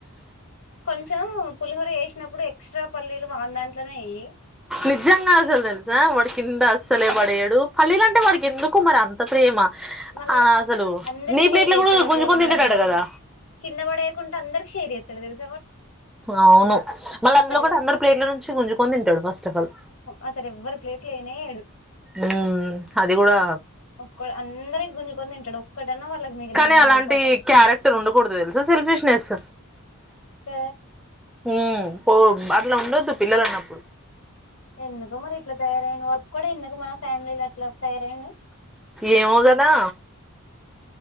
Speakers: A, on the left (about 65°); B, in the centre.
A: కొంచెం పులిహోర జేసినప్పుడు ఎక్స్ట్రా పల్లీలు వాని దాంట్లోనే వెయ్యి
B: నిజంగా అస్సలదేల్సా వాడి కింద అస్సలే పడేయ పల్లీల అంటే వానికి ఎందుకు మరి అంత ప్రేమ
A: మళ్ళీ
B: ఆ అసలు
A: అందరి
B: నీ
A: షేర
B: ప్లేట్లు కూడా
A: డు ఒకవేళు
B: గుంజుకొని
A: ఉన్నా
B: తింటాడట
A: కూడా
B: కదా
A: కింద పడేయకుండా అందరు షేర్ జేత్తాడు తెల్స్
B: అవును మళ్ళీ
A: ఒక్కటి
B: అందులో గూడా
A: కూడా
B: అందరు ప్లేట్ల నుంచి గుంజుకొని తింటాడు ఫస్ట్ ఆఫ్ ఆల్
A: అసరెవ్వర ప్లేట్ల యెయినేయడు
B: ఉ అది కూడా
A: ఒక్క అందరి గుంజుకొని తింటాడు ఒక్కటన్నా వాళ్ళకి మిగిలియనీయడు
B: కానీ అలాంటి
A: పాపం
B: క్యారెక్టర్ ఉండకూడదు తెలసా సెల్ఫిష్నెస్
A: ఆ
B: ఉ పో అట్లా ఉండొద్దు పిల్లలన్నప్పుడు
A: ఎందుకో మరి ఇట్ల తయారయిండు వాళ్ళకి కూడా ఎందుకు మన ఫ్యామిలీలో అట్లా తయారయ్యండు
B: ఏమో గదా